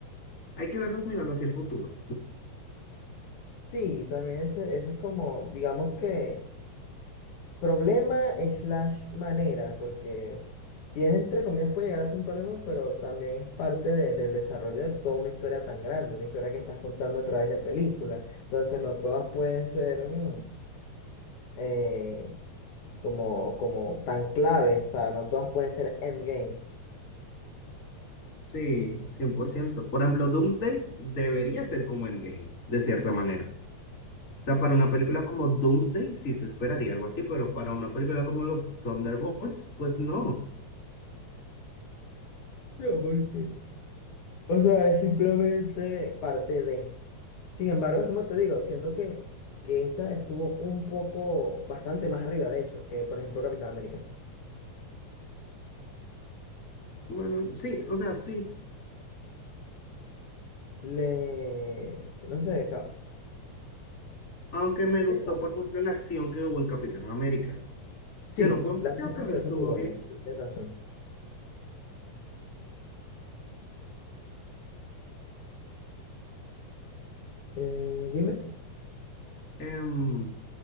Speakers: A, on the left; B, on the left.
A: hay que verlas mirando hacia el futuro.
B: Sí, también ese, ese es como, digamos que Problema slash manera, porque si es entre comillas puede llegar a ser un problema, pero también es parte de- del desarrollo de toda una historia tan grande, una historia que estás contando a través de películas. Entonces no todas pueden ser mm, eh, como, como tan claves, o sea, no todas pueden ser endgames.
A: Sí, 100%. Por ciento. Por ejemplo, Doomsday debería ser como Endgame, de cierta manera. O sea, para
B: Sí.
A: una película como Doomsday sí se esperaría algo así, pero para una película como los Thunderbolts, pues no.
B: No, porque, o sea, es simplemente parte de. Sin embargo, es como te digo, siento que, que esta estuvo un poco, bastante más arriba, de hecho, que por ejemplo Capitán América.
A: Bueno, sí, o sea, sí.
B: le, no sé, ca-
A: Aunque me gustó,
B: es raro.
A: por ejemplo, la acción que hubo en Capitán América,
B: Sí,
A: que no fue mucha,
B: las escenas
A: pero
B: de acción
A: estuvo
B: son muy buenas,
A: bien.
B: tienes razón. Eh, dime.
A: Em,